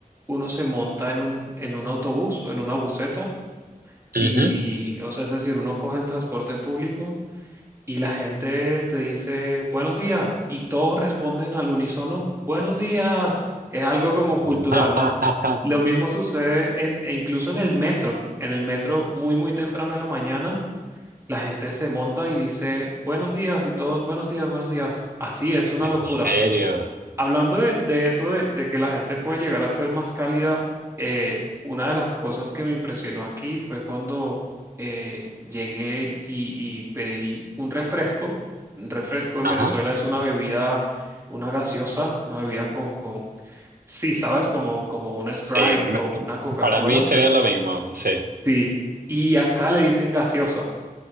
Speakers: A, on the right; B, on the right.
A: uno se monta en un, en un autobús o en una buseta
B: Ujú.
A: Y, o sea, es decir, uno coge el transporte público y la gente te dice buenos días y todos responden al unísono buenos días. Es algo como cultural,
B: <laughs>
A: ¿no? Lo mismo sucede en, e incluso en el metro. En el metro, muy, muy temprano en la mañana, la gente se monta y dice buenos días y todos buenos días, buenos días. Así es una
B: ¿En
A: locura.
B: serio?
A: Hablando de, de eso, de, de que la gente puede llegar a ser más cálida, eh, una de las cosas que me impresionó aquí fue cuando eh, llegué y, y pedí un refresco. Un refresco en
B: Ajá.
A: Venezuela es una bebida, una gaseosa, una bebida con, con, sí, sabes, como, como una
B: Sí,
A: Sprite
B: me-
A: o una Coca-Cola.
B: para mí sería lo mismo, sí.
A: Sí. Y acá le dicen gaseosa